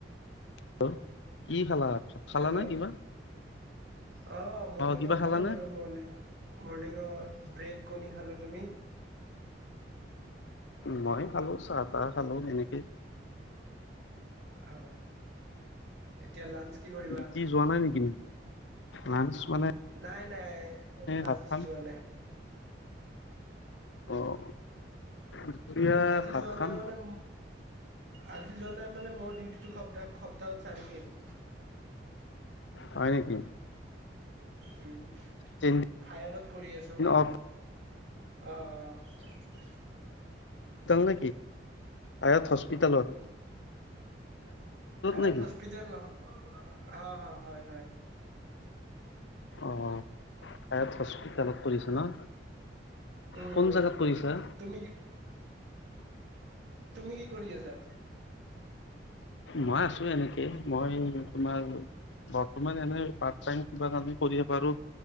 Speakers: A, on the left; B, on the right.
A: হেল্ল' কি খালা? খালা
B: হেল্ল'
A: নাই কিবা?
B: অ' মৰ্ণিঙত
A: কিবা
B: খালোঁ
A: খালানে
B: বাৰু। মণ-মৰ্ণিঙত ব্ৰেড-কণী খালোঁ, তুমি?
A: মই খালোঁ চাহ-তাহ। খালো তেনেকে।
B: আৰু, এতিয়া লাঞ্চ কি কৰিবা
A: ডিউটি যোৱা নাই নেকি? লাঞ্চ মানে
B: নাই নাই। আজি
A: ভাত খাম
B: যোৱা নাই।
A: অ' দুপৰীয়া
B: আজি
A: ভাত
B: যোৱা
A: খাম
B: নাই মানে, আজি যোৱা নাই মানে, মোৰ <unintelligible> সপ্তাহত চাৰিদিন
A: হয় নেকি?
B: উম।
A: তিনদিন
B: ফায়াৰত কৰি আছো।
A: অফ
B: অ' অ'।
A: তাল নেকি? আয়ত হস্পিতালত।
B: আয়ত
A: নেকি
B: হস্পিটেল নহ, অ' হয় হয়।
A: অ' আয়ত হস্পিতালত কৰিছে ন?
B: উম,
A: কোন জেগাত কৰিছা
B: তুমি তুমি কি কৰি আছা?
A: মই আছো এনেকে, মই তোমাৰ বৰ্তমান এনে পাৰ্ট-টাইম কিবা এটা কৰিব পাৰোঁ।